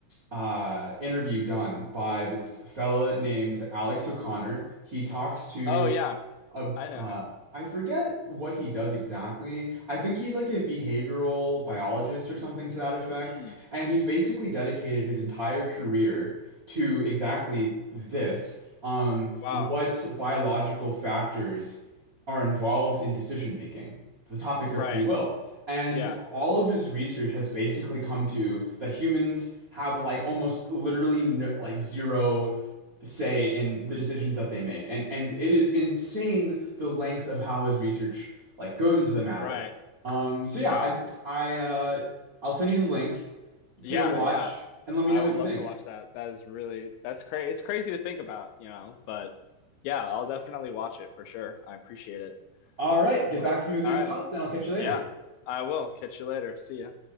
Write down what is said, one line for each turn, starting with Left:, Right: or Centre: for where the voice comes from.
Right: uh interview done by this fella named Alex O'Connor. He talks to
Left: Oh, yeah.
Right: a
Left: I know
Right: uh
Left: him.
Right: I forget what he does exactly. I think he's like a behavioral biologist or something to that effect,
Left: Hmm.
Right: and he's basically dedicated his entire career to exactly this, um,
Left: Wow.
Right: what biological factors are involved in decision making, the topic
Left: Right.
Right: of free will. And
Left: Yeah.
Right: all of his research has basically come to that humans have like almost literally no, like zero say in the decisions that they make. And and it is insane the lengths of how his research like goes into the matter.
Left: Right.
Right: Um, so
Left: Wow.
Right: yeah, I th I uh I'll send you the link.
Left: Yeah.
Right: Take a watch
Left: Yeah.
Right: and let me
Left: I
Right: know
Left: would
Right: what you
Left: love
Right: think.
Left: to watch that. That is really, that's crazy. It's crazy to think about, you know, but yeah, I'll definitely watch it for sure. I appreciate it.
Right: All right, get
Left: Um,
Right: back to me with
Left: all
Right: your
Left: right.
Right: thoughts and I'll catch you later.
Left: Yeah. I will. Catch you later. See ya.